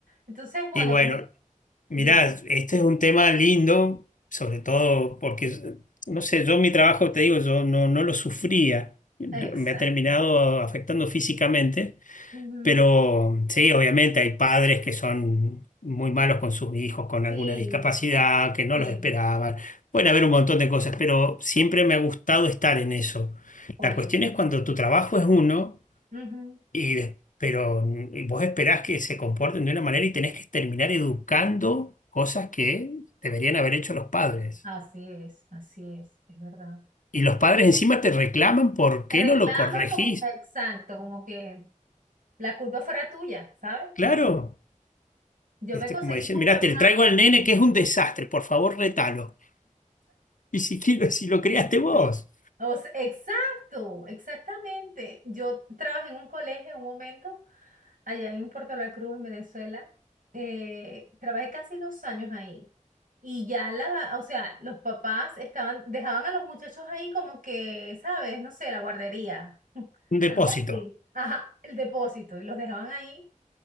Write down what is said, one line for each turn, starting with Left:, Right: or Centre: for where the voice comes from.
Right: Entonces, bueno,
Left: y bueno,
Right: como
Left: mirá,
Right: dime,
Left: este es un tema lindo, sobre todo porque, no sé, yo mi trabajo, te digo, yo no, no lo sufría, me
Right: exacto.
Left: ha terminado afectando físicamente
Right: Ujú.
Left: Pero sí, obviamente hay padres que son muy malos con sus hijos, con
Right: Sí,
Left: alguna discapacidad, que no
Right: sí,
Left: los esperaban. Pueden haber un montón de cosas, pero siempre me ha gustado estar en eso.
Right: oye,
Left: La cuestión es cuando tu trabajo es uno,
Right: ujú.
Left: y, des- pero mm, vos esperás que se comporten de una manera y tenés que terminar educando cosas que deberían haber hecho los padres.
Right: Así es, así es, es verdad.
Left: Y los padres encima te reclaman por
Right: Te
Left: qué
Right: reclaman
Left: no lo corregís.
Right: como, exacto, como que la culpa fuera tuya, ¿sabes?
Left: Claro,
Right: Algo así. Yo
Left: esto
Right: me conseguí
Left: es como dicen,
Right: con
Left: mirá,
Right: papás.
Left: te traigo al nene que es un desastre, por favor, retalo. <laughs> Y si, quiero- si lo creaste
Right: <laughs>
Left: vos,
Right: O sea, exacto, exactamente. Yo trabajé en un colegio en un momento allá en Puerto La Cruz, en Venezuela. eh, trabajé casi dos años ahí. Y ya la, o sea, los papás estaban, dejaban a los muchachos ahí como que, ¿sabes? No sé, la guardería, <laughs>
Left: un depósito.
Right: algo así. Ajá, el depósito. Y los dejaban ahí